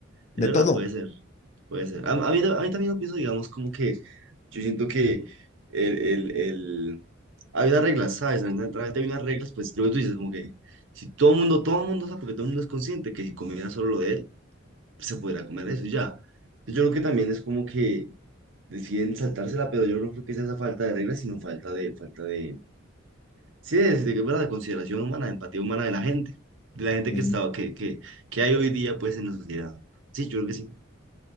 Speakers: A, on the right; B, on the left.
A: Es
B: de
A: verdad,
B: todo.
A: puede ser, puede ser. A, a mí, a mí también lo pienso, digamos, como que yo siento que el, el, el Hay unas reglas, ¿sabes? A través de unas reglas, pues lo que tú dices, como que si todo el mundo, todo el mundo sabe, porque todo el mundo es consciente que si comiera solo lo de él, se podrá comer eso y ya. Pues, Yo creo que también es como que deciden saltársela, pero yo no creo que sea esa falta de reglas, sino falta de, falta de, sí, de, de, verdad, de consideración humana, de empatía humana de la gente, de la gente
B: Ujú.
A: que estaba, que, que, que hay hoy día, pues, en la sociedad. Sí, yo creo que sí.